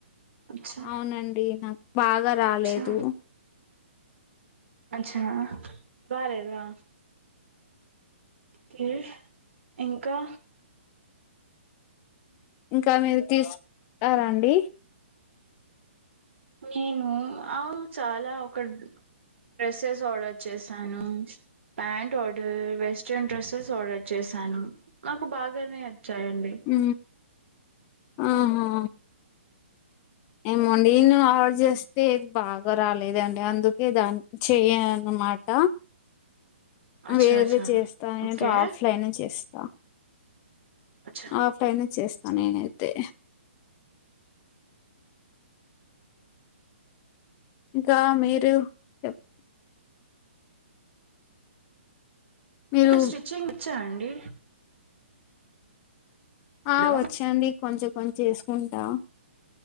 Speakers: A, on the right; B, on the left.
A: అచ్చా
B: అవునండి నాకు బాగా రాలేదు
A: అచ్చా అచ్చరాలేదా లే ఇంకా
B: ఇంకా మీరు తీసుకున్నారా అండి
A: నేను ఆ చాలా ఒక డ్రెస్సెస్ ఆర్డర్ చేశాను pant order western dresses order చేశాను నాకు బాగానే వచ్చాయండి
B: ఉ ఆహా ఏమో నేను ఆర్డర్ చేస్తే ఐతే బాగా రాలేదండి అందుకే దాన్ని చెయ అన్నమాట
A: అచ్చా
B: వేరే ఏదో
A: అచ్చా
B: చేస్తా నేను
A: ఓకే
B: ఆఫ్లైన్ చేస్తా
A: అచ్చా
B: ఆఫ్లైన్ చేస్తా నేనైతే ఇంకా మీరు చెప్ మీరు
A: ఒక స్టిచ్చింగ్ అచ్చా అండి హలో
B: ఆ వచ్చేండి కొంచెం కొంచెం చేసుకుంటా